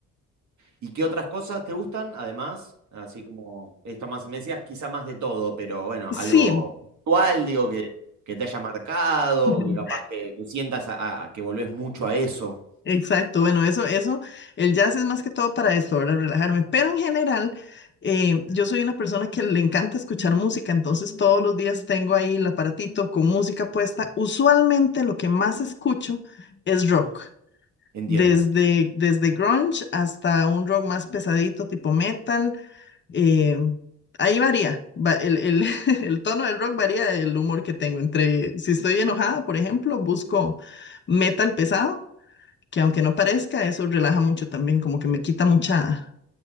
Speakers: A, on the right; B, on the left.
A: ¿Y qué otras cosas te gustan? Además, así como esto más, me decías quizá más de todo, pero bueno,
B: Sí.
A: algo puntual, digo, que, que te haya marcado,
B: <laughs>
A: que capaz que, que sientas a- a- que volvés mucho a eso.
B: Exacto, bueno, eso, eso, el jazz es más que todo para esto, para relajarme, pero en general, eh, yo soy una persona que le encanta escuchar música, entonces todos los días tengo ahí el aparatito con música puesta. Usualmente lo que más escucho es rock,
A: Entiendo,
B: desde, desde grunge hasta un rock más pesadito, tipo metal, eh, ahí varía, va- el, el, <laughs> el tono del rock varía del humor que tengo, entre si estoy enojada, por ejemplo, busco metal pesado que aunque no parezca, eso relaja mucho también, como que me quita mucha,